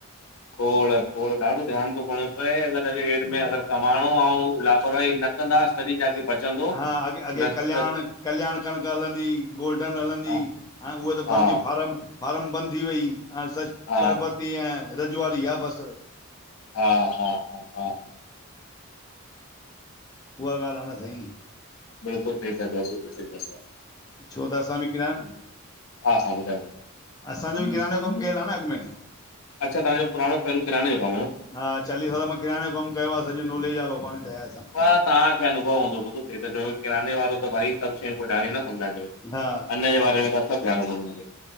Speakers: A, on the left (about 75°); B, on the left (about 15°).
A: खोड़- खोड़ ॾाढो ध्यानु थो करणो पए अगरि अॼु हिन में अगरि कमाणो आ, ऐं लापरवाही न <unintelligible>
B: हा अे अॻे
A: न
B: कल्याण
A: त
B: कल्याण कणिक हलंदी, गोल्डन हलंदी
A: हा
B: ऐं उहा त
A: हा
B: बंदी फार्म फार्म बंदि थी वई, ऐं हाणे
A: हा
B: शरबती ऐं रजवाड़ी आहे बसि
A: हा -हा -हा -हा
B: उहा ॻाल्हि आहे न सई
A: बिल्कुल सही तां चयो, बिल्कुल सही तां चयो।
B: छो त असां बि किरायो काने
A: हा हा ॿुधायो
B: असांजो
A: ॿुधायो
B: बि किराने जो कमु कयल आ, न अॻि में।
A: अच्छा तवांजो पुरानो पंहिंरो किराने <unintelligible>
B: हा चालीह साल मां किराने जो कमु कयो आ, सॼो नॉलेज आ, भगवान जी दया सां
A: हा तांखे अनुभव हूंदो, बिलकुल सही ता चओ किराने वारो त भई, सभु शयूं को जाणे न। अन्न
B: हा
A: जे बारे में ता सभु जाणदा हुदव?